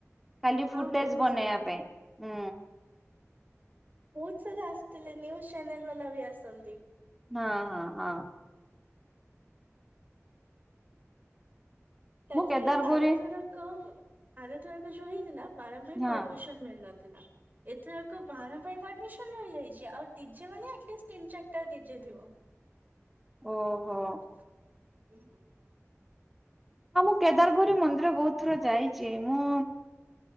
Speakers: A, in the centre; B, on the right.
A: ଖାଲି
B: ହଁ
A: ଫୁଟେଜ୍
B: ବହୁତ
A: ବନେଇବା
B: ସାରା
A: ପାଇଁ ହୁଁ।
B: ବହୁତ୍ ସାରା ଆସିଥିଲେ ନ୍ୟୁଜ୍ ଚ୍ୟାନେଲ୍ ବାଲାବି ଆସନ୍ତି।
A: ହଁ -ହଁ -ହଁ।
B: କାଲି
A: ମୁଁ କେଦାରଗୌରୀ
B: ଆର ଥରକ -ଆର ଥରକ ଯଉ ହେଇଥିଲା ବାଣ ପାଇଁ
A: ହଁ
B: ପର୍ମିଶ୍ ମିଳିନଥିଲା। ଏଥରକ ବାଣ ପାଇଁ ପର୍ମିଶନ୍ ମିଳିଯାଇଚି। ଆଉ ଡିଜେ ମାନେ ଆଟ୍ ଲିଷ୍ଟ୍ ତିନି ଚାରିଟା ଡିଜେ ଥିବ।
A: ଓହୋ।
B: <unintelligible>
A: ହଁ ମୁଁ କେଦାରଗୌରୀ ମନ୍ଦିର ବହୁତ ଥର ଯାଇଚି ମୁଁ